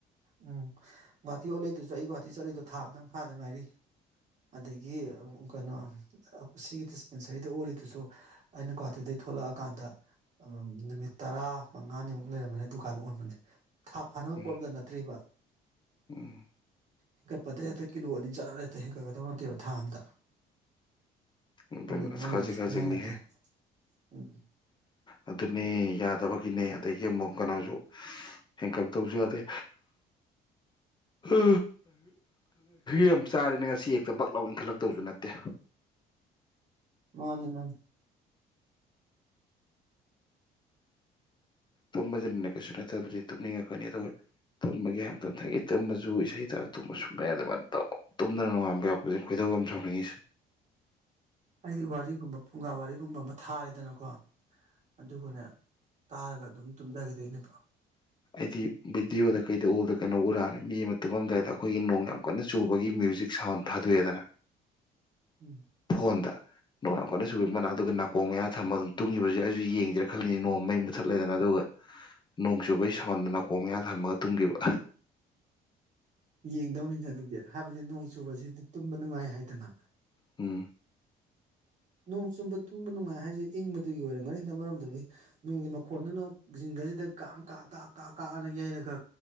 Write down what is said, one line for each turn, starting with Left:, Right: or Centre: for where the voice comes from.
Right: ꯎꯝ ꯒꯨꯍꯥꯇꯤ ꯑꯣꯜꯂꯤꯗꯨꯁꯨ ꯑꯩ ꯒꯨꯍꯥꯇꯤ ꯆꯠꯂꯂꯤꯗꯨꯣ ꯊꯥ ꯑꯇꯪ ꯐꯥꯗ ꯉꯥꯏꯔꯤ ꯑꯗꯒꯤ ꯀꯩꯅꯣ ꯁꯤꯒꯤ ꯗꯤꯁꯄꯦꯟꯁꯔꯤꯗ ꯑꯣꯜꯂꯤꯗꯨꯁꯨ ꯑꯩꯅ ꯒꯨꯍꯥꯇꯤꯗꯒꯤꯩ ꯊꯣꯛꯂꯛꯑꯀꯥꯟꯗ ꯅꯨꯃꯤꯠ ꯇꯔꯥ ꯃꯉꯥꯅꯤꯃꯨꯛ ꯂꯩꯔꯝꯕꯅꯦ ꯗꯨꯀꯥꯟ ꯑꯣꯟꯕꯅꯦ ꯊꯥ ꯐꯥꯅꯕ
Left: ꯎꯝ
Right: ꯄꯣꯠ ꯑꯃꯗ ꯅꯠꯇ꯭ꯔꯤꯕ
Left: ꯎꯝ
Right: ꯍꯦꯟꯀꯠꯄꯗ ꯍꯦꯛꯇ ꯀꯤꯂꯣ ꯑꯅꯤ ꯆꯥꯔ ꯍꯦꯛꯇ ꯍꯦꯟꯀꯠꯀꯗꯕ ꯅꯠꯇꯦꯔꯣ ꯊꯥ ꯑꯝꯗ
Left: ꯑꯗꯨ
Right: ꯑꯗꯨꯅ ꯃꯣꯏꯗꯨ
Left: ꯑꯁ ꯈꯥꯖꯤꯛ
Right: ꯁꯨꯡꯌꯥ
Left: ꯈꯥꯖꯤꯛꯅꯤꯍꯦ
Right: ꯌꯥꯗꯦ ꯎꯝ
Left: ꯑꯗꯨꯅꯦ ꯌꯥꯗꯕꯒꯤꯅꯦ ꯑꯗꯒꯤ ꯑꯃꯨꯛ ꯀꯩꯅꯣꯁꯨ ꯍꯦꯟꯀꯞ ꯇꯧꯁꯨ ꯌꯥꯗꯦ ꯍ ꯌꯥꯝ ꯆꯥꯔꯦꯅ ꯉꯁꯤ ꯍꯦꯛꯇ ꯕꯛ ꯂꯥꯎꯏꯟ ꯈꯜꯂꯛꯇꯕꯁꯨ ꯅꯠꯇꯦ
Right: ꯃꯥꯅꯤ ꯃꯥꯅꯤ
Left: ꯇꯨꯝꯕꯁꯤꯅꯅꯦ ꯀꯩꯁꯨ ꯅꯠꯇꯕꯗꯤ ꯇꯨꯝꯅꯤꯡꯉꯛꯀꯅꯤ ꯑꯗꯨꯒ ꯇꯨꯝꯕꯒꯤ ꯍꯥꯏ ꯃꯇꯝꯊꯒꯤ ꯇꯨꯝꯕꯁꯨ ꯏꯁꯩ ꯇꯥꯕ ꯇꯨꯝꯕ ꯁꯨꯡꯉ ꯌꯥꯗꯕ ꯇꯨꯝꯗꯅ ꯅꯨꯡꯉꯥꯟꯕ ꯌꯥꯎꯄꯁꯦ ꯈꯣꯏꯗꯧ ꯑꯃ ꯁꯥꯎꯅꯤꯡꯉꯤꯁꯦ
Right: ꯑꯩꯗꯤ ꯋꯥꯔꯤꯒꯨꯝꯕ ꯐꯨꯡꯒꯥ ꯋꯥꯔꯤꯒꯨꯝꯕ ꯑꯃ ꯊꯥꯔꯦꯗꯅꯀꯣ ꯑꯗꯨꯒꯅꯦ ꯇꯥꯔꯒ ꯑꯗꯨꯝ ꯇꯨꯝꯖꯈꯤꯗꯣꯏꯅꯦꯕ
Left: ꯑꯩꯗꯤ ꯚꯤꯗꯤꯑꯣꯗ ꯀꯩꯗ ꯑꯣꯜꯗ ꯀꯩꯅꯣ ꯎꯔꯛꯑꯅꯤ ꯃꯤ ꯑꯃ ꯇꯨꯝꯃꯝꯗꯥꯏꯗ ꯑꯩꯈꯣꯏꯒꯤ ꯅꯣꯡ ꯌꯥꯝ ꯀꯟꯅ ꯆꯨꯕꯒꯤ ꯃ꯭ꯌꯨꯖꯤꯛ ꯁꯥꯎꯟ ꯊꯥꯗꯣꯛꯑꯦꯗꯅ
Right: ꯎꯝ
Left: ꯣꯟꯗ ꯅꯣꯡ ꯀꯅ ꯁꯨꯕꯒꯤ ꯃꯅꯥꯛ ꯑꯗꯨꯒ ꯅꯥꯀꯣꯡ ꯃꯌꯥ ꯊꯝꯃꯒ ꯑꯗꯨꯝ ꯇꯨꯡꯉꯤꯕꯁꯦ ꯑꯩꯁꯨ ꯌꯦꯡꯗꯦꯥ ꯈꯜꯂꯤ ꯅꯣꯡꯃꯩ ꯃꯨꯊꯠꯂꯦꯗꯅ ꯑꯗꯨꯒ ꯅꯣꯡ ꯆꯨꯕꯒꯤ ꯁꯣꯟꯗꯅ ꯈꯣꯡ ꯌꯥꯟ ꯊꯝꯃꯒ ꯇꯨꯝꯈꯤꯕ
Right: ꯌꯦꯡꯗꯧꯅꯤꯅ ꯑꯗꯨꯗꯤ ꯍꯥꯏꯕꯗꯤ ꯅꯣꯡ ꯆꯨꯕꯁꯤꯗꯤ ꯇꯨꯝꯕ ꯅꯨꯡꯉꯥꯏ ꯍꯥꯏꯗꯅ
Left: ꯎꯝ
Right: ꯅꯣꯡ ꯆꯨꯝꯕ ꯇꯨꯝꯕ ꯅꯨꯡꯉꯥꯏ ꯍꯥꯏꯖꯩ ꯏꯪꯕꯗꯨꯒꯤ ꯑꯣꯏꯔꯝꯒꯅꯤ ꯃꯔꯝꯗꯗꯤ ꯅꯣꯡꯒꯤ ꯃꯈꯣꯟꯗꯨꯅ ꯖꯤꯡꯟꯒꯁꯤꯗ ꯀꯥꯡ ꯀꯥ ꯀꯥ ꯀꯥ ꯀꯛꯑꯅ ꯌꯩꯔꯒ